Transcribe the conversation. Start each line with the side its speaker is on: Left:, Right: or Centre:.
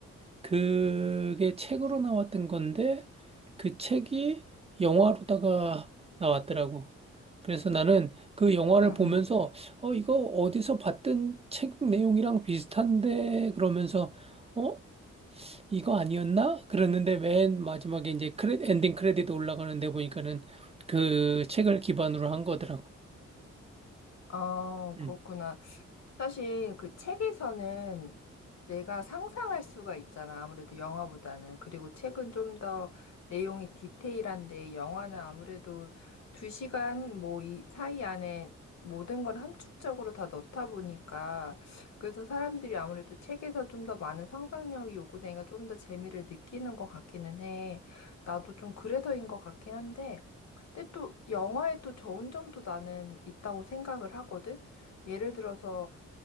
Right: 그게 책으로 나왔던 건데 그 책이 영화로다가 나왔더라고. 그래서 나는 그 영화를
Left: 응,
Right: 보면서
Left: 응.
Right: 어 이거 어디서 봤던 책 내용이랑 비슷한데 그러면서 어 이거 아니었나? 그랬는데 맨 마지막에 이제 크레, 엔딩 크레딧 올라가는데 보니까는 그 책을 기반으로 한 거더라고.
Left: 아,
Right: 음.
Left: 그렇구나. 사실 그 책에서는 내가 상상할 수가 있잖아. 아무래도 영화보다는. 그리고 책은 좀 더 내용이 디테일한데 영화는 아무래도 두 시간 뭐 이 사이 안에 모든 걸 함축적으로 다 넣다 보니까 그래서 사람들이 아무래도 책에서 좀 더 많은 상상력이 요구되니까 좀 더 재미를 느끼는 것 같기는 해. 나도 좀 그래서인 것 같긴 한데. 근데 또 영화에 또 좋은 점도 나는 있다고 생각을 하거든. 예를 들어서